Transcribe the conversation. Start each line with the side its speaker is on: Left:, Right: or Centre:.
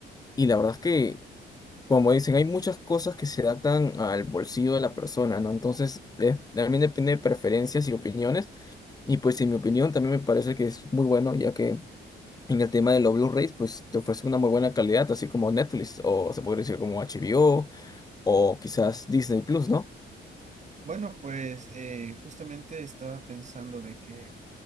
Left: Y la verdad es que, como dicen, hay muchas cosas que se adaptan al bolsillo de la persona, ¿no? Entonces, eh, también depende de preferencias y opiniones. Y pues en mi opinión también me parece que es muy bueno, ya que... En el tema de los Blu-rays, pues te ofrece una muy buena calidad, así como Netflix, o se podría decir como HBO, o quizás Disney Plus, ¿no?
Right: Bueno, pues eh, justamente estaba pensando de que,